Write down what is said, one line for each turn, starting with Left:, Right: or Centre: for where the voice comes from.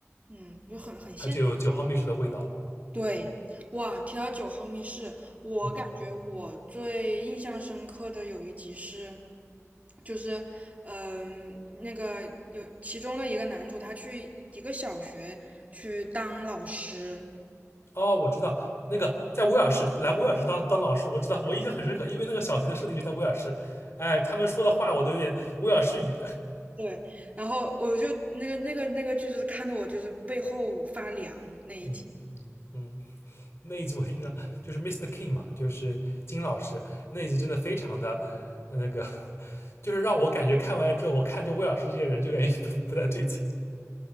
Right: 嗯，就很很现实。
Left: 他就有九号密室的味道了。
Right: 对，哇，提到九号密室，我感觉我最印象深刻的有一集是，
Left: 嗯。
Right: 就是，嗯、那个有其中的一个男主，他去一个小学去当老师，
Left: 哦，我知道那个在威尔士来威尔士当当老师，我知道，我印象很深刻，因为那个小学的设定就在威尔士。哎，他们说的话我都有点威尔士语。
Right: 对，然后我就那个那个那个剧，就是看得我就是背后发凉那一集。
Left: 嗯嗯，那一集我印象就是 Mr. King 嘛，就是金老师那一集真的非常的呃那个，<laughs> 就是让我感觉看完之后，我看就威尔士这些人就感觉 <laughs> 不不太对劲。